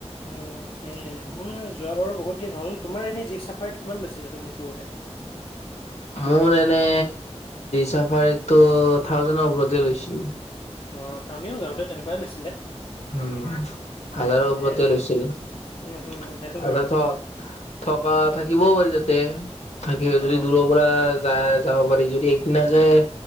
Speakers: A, on the left; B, on the left.
A: উম, সেয়ে মই যোৱা বাৰু বহুত দিন হ'ল। তোমাৰ এনেই জীপ চাফাৰীত কিমান লৈছিলো তুমি কৰোঁতে?
B: মোৰ এনে চাফাৰীটো থাউজেণ্ডৰ ওপৰতে লৈছিল।
A: অ', আমিও যাওঁতে তেনেকুৱাই লৈছিলে।
B: উম,
A: উম,
B: হাজাৰৰ ওপৰতে
A: সেয়ে
B: লৈছিল। <unintelligible>
A: উম, হুম, হুম, সেইটো বাৰু
B: থকা থাকিবও পাৰি যাতে থাকিব
A: অ'।
B: যদি দূৰ পৰা যায় যাব পাৰি যদি একদিনাকে যায়,